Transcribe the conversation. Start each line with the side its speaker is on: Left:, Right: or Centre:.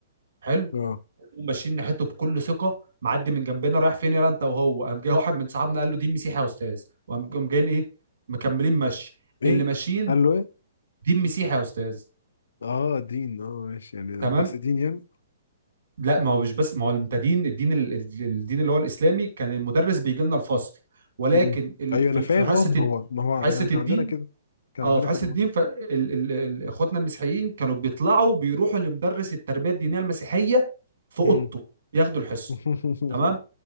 Right: حلو
Left: اه
Right: نقوم ماشيين ناحيته بكل ثقه معدي من جنبنا رايح فين يا انت وهو قام جاي واحد من صحابنا قال له دين مسيحي يا استاذ وقام قام جايين ايه مكملين مشي
Left: ايه
Right: اللي ماشيين
Left: قال له ايه
Right: دين مسيحي يا استاذ
Left: اه دين اه ماشي يعني
Right: تمام
Left: بس دين يعني
Right: لا ما هو مش بس ما هو انت دين الدين ال- ال- الدين اللي هو الاسلامي كان المدرس بيجي لنا الفصل ولكن
Left: مم.
Right: ال-
Left: ايوه
Right: في
Left: انا فاهم
Right: في حصه
Left: اه ما
Right: الد-
Left: هو ما هو
Right: حصه
Left: يعني كان
Right: الدين
Left: عندنا كده كان
Right: اه
Left: عندنا
Right: في حصه
Left: كده
Right: الدين
Left: برضه
Right: ف- ال- ال- ال- اخواتنا المسيحيين كانوا بيطلعوا بيروحوا لمدرس التربيه الدينيه المسيحيه في اوضته
Left: مم.
Right: ياخدوا الحصه
Left: <laughs>
Right: تمام